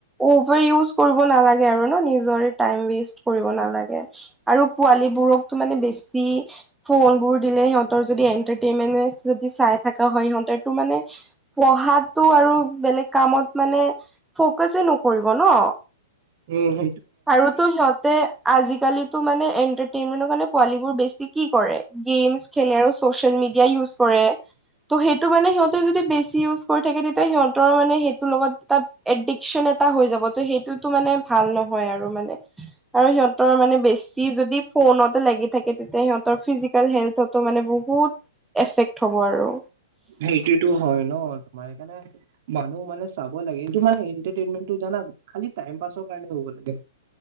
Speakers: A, in the centre; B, on the right (about 55°).
A: অভাৰ ইউজ কৰিব নালাগে আৰু ন নিজৰে টাইম ৱেষ্ট কৰিব নালাগে। গে আৰু পোৱালী বোৰকো মানে বেছি, ফোন বোৰ দিলে সিহতৰ যদি এন্টাৰটেইনমেন্ট যদি চাই থকা হয় সিহতেটো মানে। পঢ়াতটো আৰু বেলেগ কামত মানে ফকাচ নকৰিব ন।
B: উম-উম,
A: আৰুতো সিহঁতে আজিকালিটো মানে এন্টাৰটেইনমেন্টৰ কাৰণে পোৱালী বোৰ বেছি কি কৰে? গেম খেলে আৰু চচিয়েল মিডিয়া ইউজ কৰে ত', সেইটো মানে সিহত যদি বেছি ইউজ কৰি থাকে তেতিয়া সিহঁতৰ মানে সেইটোৰ লগত এটা এডিক্যন এটা হৈ যাব ত', সেইটো টো মানে ভাল নহয়। হৈ আৰু মানে আৰু সিহঁতৰ মানে বেছি যদি ফোনতে লাগি থাকে, তেতিয়া সিহঁতৰ ফিজি কেল হেলথটো মানে বহুত এফেক্ট হব আৰু।
B: সেইটি টো হয়'। ন তোমাৰ সেইকাৰণে মানুহ মানে চাব লাগে তোমাৰ এন্টাৰটেইনমেন্টটো জানা খালী টাইম পাছৰ কাৰনে হব লাগে।